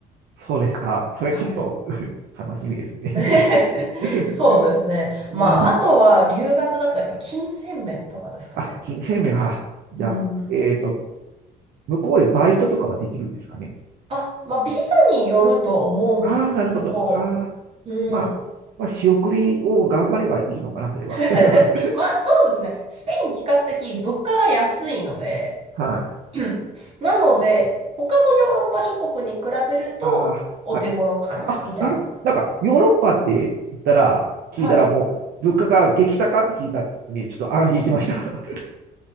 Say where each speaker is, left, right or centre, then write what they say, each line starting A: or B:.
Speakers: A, on the right; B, on the right.
A: そうですか、それちょっと
B: はい。
A: <laughs> 楽しみですね
B: <laughs>
A: <laughs>
B: そうですね。まああとは留学だとやっぱ金銭面とかですかね。
A: うん。あ、金銭面は、じゃあ、
B: うん。
A: えっと、向こうでバイトとかはできるんですかね。
B: あ、まあ、ビザによると思うんですけど、
A: ああ、なるほど。はあ、
B: うん。
A: まあ、まあ、仕送りを頑張ればいいのかな、それは。
B: <laughs>
A: <laughs>
B: まあ、そうですね。スペイン比較的物価が安いので、
A: はい。
B: <clears throat> なので、他のヨーロッパ諸国に比べるとお手頃かなみたいな。
A: ああ、はい。あ、なる、なんか、ヨーロッパって言ったら、聞いたらもう、
B: はい。
A: 物価が激高って聞いたんで、ちょっと安心しました。<laughs>